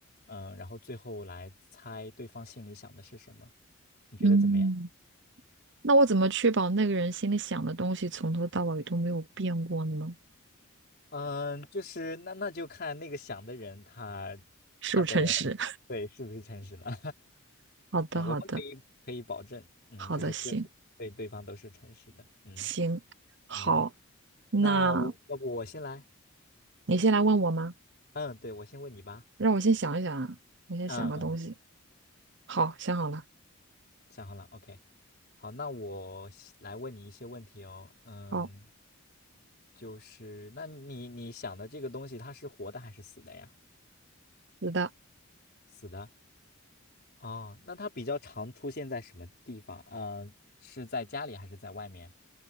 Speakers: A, on the left; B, on the right.
A: 嗯，然后最后来猜对方心里想的是什么。你觉得怎么样？
B: 嗯，那我怎么确保那个人心里想的东西从头到尾都没有变过呢？
A: 嗯，就是那那就看那个想的人他他的
B: 是不是诚实？
A: 对是不是诚实了，<laughs>
B: <laughs> 好的，
A: 嗯，
B: 好的，
A: 我们可以可以保证，嗯，
B: 好的，
A: 就是各对对方都是诚实的，
B: 行
A: 嗯
B: 行，好，
A: 嗯，
B: 那
A: 那我要不我先来，
B: 你先来问我吗？
A: 嗯，对我先问你吧，
B: 让我先想一想啊，我先想个东西。
A: 嗯嗯，
B: 好，想好了。
A: 想好了，OK，好，那我先来问你一些问题哦，嗯，
B: 好，
A: 就是那你你想的这个东西它是活的还是死的呀？
B: 是的，
A: 死的。哦，那它比较常出现在什么地方？呃，是在家里还是在外面？